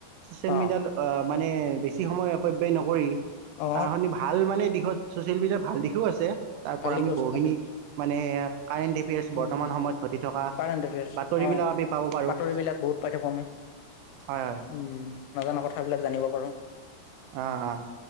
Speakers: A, on the right; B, on the left.
A: চচিয়েল
B: অ
A: মিডিয়াত মানে বেছি সময় অপব্যয় নকৰি
B: অ
A: তাৰ সলনি ভাল মানে দিত <unintelligible> চচিয়েল মিডিয়াত ভাল দিশো আছে। তাৰ
B: ভাল
A: পৰা
B: দেখুৱাইছে
A: আমি বহুখিনি
B: ভাল দেখুৱাইছে
A: মানে কাৰেণ্ট এফেয়াৰছ, বৰ্তমান
B: উম
A: সময়ত ঘটি থকা
B: কাৰেণ্ট এফেয়াৰ্চ
A: বাতৰিবিলাক
B: অ
A: আমি পাব পাৰোঁ
B: বাতৰিবিলাক বহুত পাই থাকো আমি
A: হয় হয়।
B: উম নজনা কথাবিলাক জানিব পাৰোঁ।
A: অঁ-অঁ।